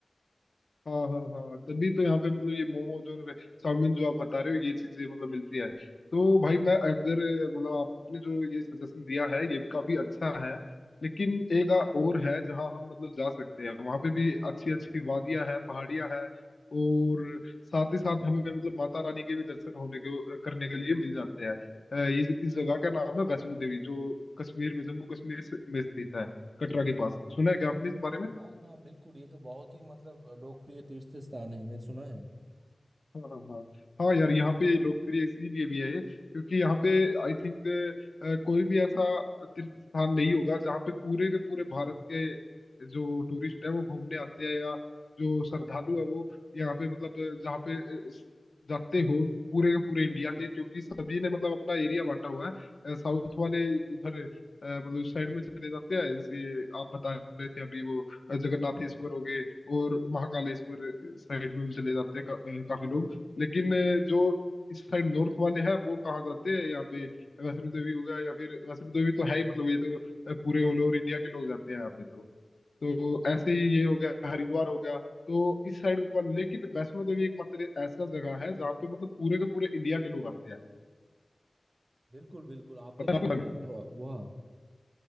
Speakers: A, on the left; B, on the right.
A: हाँ हाँ हाँ तभी तो यहाँ पे मतलब ये मोमोज और चाउमीन जो आप बता रहे हो ये चीजें मतलब मिलती है तो भाई मैं अगर मतलब आपने जो ये सजेशन दिया है ये भी काफी अच्छा है लेकिन एक जगह और है जहाँ हम मतलब जा सकते हैं वहाँ पे भी अच्छी अच्छी वादियाँ है पहाड़ियाँ है और साथ ही साथ हमें मतलब माता रानी के भी दर्शन होने के करने के लिए मिल जाते हैं अ, ये इस जगह का नाम है वैष्णो देवी जो कश्मीर में जम्मू कश्मीर से- में स्थित है कटरा के पास सुना है क्या आपने इस बारे में
B: हाँ हाँ बिल्कुल ये तो बहुत ही मतलब लोकप्रिय तीर्थ स्थान है मैं सुना है
A: हाँ हाँ हाँ हाँ यार यहाँ पे लोकप्रिय इसीलिए भी है क्योंकि यहाँ पे आई थिंक कोई भी ऐसा तीर्थ स्थान नहीं होगा जहाँ पे पूरे के पूरे भारत के जो टूरिस्ट है वो घूमने आते हैं या जो श्रद्धालु है वो यहाँ पे मतलब जहाँ पे अ, स- जाते हो पूरे के पूरे इंडिया के क्योंकि सभी ने मतलब अपना एरिया बांटा हुआ है साउथ वाले उधर अ, मतलब साइड में चले जाते हैं जैसे आप बता रहे थे अभी वो अ, जगन्नाथेश्वर हो गए और महाकालेश्वर साइड में भी चले जाते हैं का, अ, काफी लोग लेकिन अ, जो इस साइड नॉर्थ वाले हैं वो कहाँ जाते हैं यहाँ पे वैष्णो देवी हो गया या फिर वैष्णो देवी तो है ही मतलब ये तो अ, पूरे ऑल ओवर इंडिया के लोग जाते हैं यहाँ पे तो तो ऐसे ही ये हो गया हरिद्वार हो गया तो इस साइड वाले लेकिन वैष्णो देवी एकमात्र ऐसा जगह है जहाँ पे मतलब पूरे के पूरे इंडिया के लोग आते हैं
B: बिल्कुल बिल्कुल आप
A: पता
B: कभी
A: है आपको?
B: गए हैं वहाँ